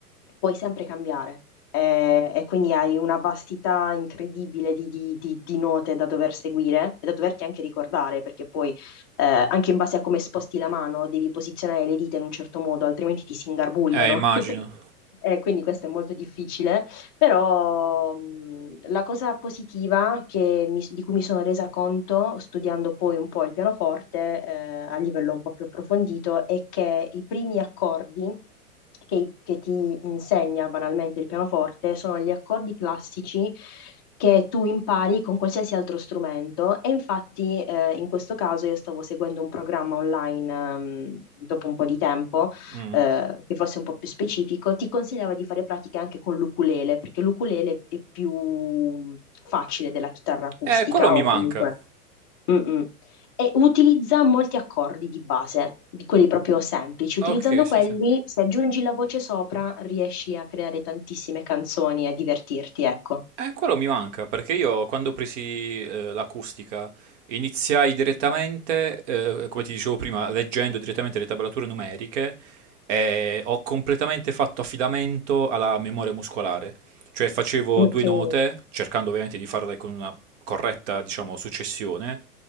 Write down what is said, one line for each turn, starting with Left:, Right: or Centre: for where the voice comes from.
Left: puoi sempre cambiare eh, e quindi hai una vastità incredibile di, di- di- di note da dover seguire e da doverti anche ricordare, perché poi eh, anche in base a come sposti la mano devi posizionare le dita in un certo modo, altrimenti ti si ingarbugliano.
Right: Eh, immagino.
Left: Eh, quindi questo è molto difficile, però mh, la cosa positiva che mi- di cui mi sono resa conto studiando poi un po' il pianoforte eh, a livello un po' più approfondito è che i primi accordi che, che ti insegna banalmente il pianoforte sono gli accordi classici che tu impari con qualsiasi altro strumento e infatti eh, in questo caso io stavo seguendo un programma online ehm, dopo un po' di tempo
Right: Mm.
Left: eh, che fosse un po' più specifico, ti consigliava di fare pratiche anche con l'ukulele, perché l'ukulele è più mm, facile della chitarra acustica
Right: Eh, quello mi
Left: o
Right: manca.
Left: comunque... Mm-mm. E utilizza molti accordi di base, di quelli proprio semplici. Utilizzando
Right: Ok,
Left: quelli,
Right: sì, sì.
Left: se aggiungi la voce sopra, riesci a creare tantissime canzoni e a divertirti, ecco.
Right: Eh, quello mi manca perché io quando ho presi eh, l'acustica iniziai direttamente, eh, come ti dicevo prima, leggendo direttamente le tablature numeriche e ho completamente fatto affidamento alla memoria muscolare. Cioè facevo
Left: Ok,
Right: due note, cercando ovviamente di farle con una corretta, diciamo, successione,